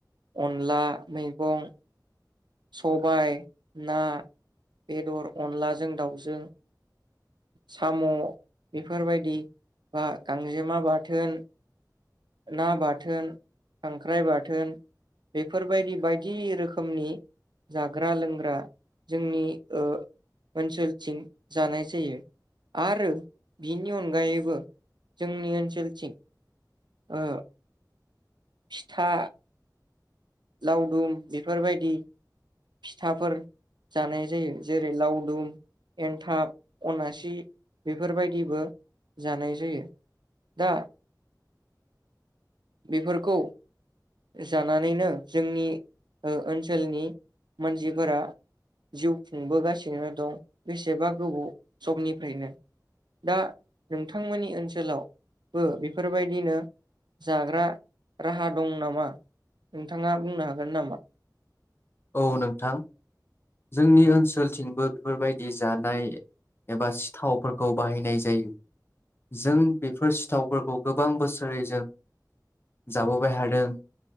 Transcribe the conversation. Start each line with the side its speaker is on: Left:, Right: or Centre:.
Right: अनला, मैगं सबाय, ना, बेदर, अनलाजों दाउजों साम' बेफोरबायदि बा गांजेमा बाथोन ना बाथोन, खांख्राइ बाथोन बेफोरबायदि बायदि रोखोमनि जाग्रा लोंग्रा जोंनि ओ ओनसोलथिं जानाय जायो। आरो बिनि अनगायैबो जोंनि ओनसोलथिं ओ फिथा, लावदुम बेफोरबायदि फिथाफोर जानाय जायो जेरै लावदुम, एन्थाब, अनासि बेफोरबायदिबो जानाय जायो। दा बेफोरखौ जानानैनो जोंनि ओ ओनसोलनि मानसिफोरा जिउ खुंबोगासिनो दं बेसेबा गोबाव समनिफ्रायनो। दा नोंथांमोननि ओनसोलावबो बेफोरबायदिनो जाग्रा राहा दं नामा? नोंथाङा बुंनो हागोन नामा?
Left: औ नोंथां। जोंनि ओनसोलथिंबो बेफोरबायदि जानाय एबा सिथावफोरखौ बाहायनाय जायो जों बेफोर सिथावफोरखौ गोबां बोसोरै जों जाबोबाय हादों